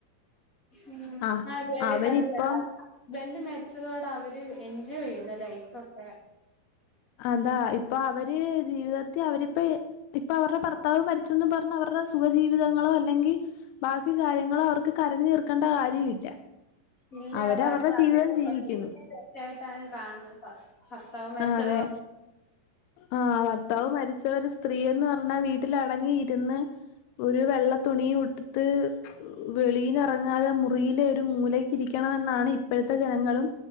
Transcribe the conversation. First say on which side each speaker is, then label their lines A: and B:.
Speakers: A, on the left; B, on the left.
A: ഉം
B: ആഹ്
A: അതെ അതെക്കണ്ട്
B: അവരിപ്പം
A: ബന്റ് മരിച്ചതോടെ അവര് എൻജോയ് ചെയ്യുന്ന് ലൈഫ് ഒക്കെ
B: അതാ ഇപ്പൊ അവര് ജീവിതത്തിൽ അവരിപ്പ ഇപ്പൊ അവരുടെ ഭർതാ ഭർത്താവ് മരിച്ചന്ന് പറഞ്ഞഞ് അവരുടെ സുഖജീവിതങ്ങളോ അല്ലെങ്കിൽ ബാക്കി കാര്യങ്ങളോ അവർക്ക് ക്ക് കരഞ്ഞു തീർക്കേണ്ട കാര്യമില്ല
A: ഇല്ല
B: അവര്
A: ബ
B: അവരുടെ ജീവിതം ജീവിക്കുന്നു
A: തീർച്ചയായിട്ടാണ് കാണുന്നത് ഭർത്താവ് മരിച്ചത്
B: ആഹ് അതെ ആഹ് ഭർത്താവ് മരിച്ച ഒരു സ്ത്രീയെന്ന് പറഞ്ഞാ വീട്ടിലടങ്ങി ഇരുന്ന് ഒരു വെള്ള തുണി ഉട്ത്ത് വെളിയിൽ എറങ്ങാതെ മുറിയിലെ ഒരു മൂലക്ക് ഇരിക്കണമെന്നാണ് ഇപ്പോഴത്തെ ജനങ്ങളും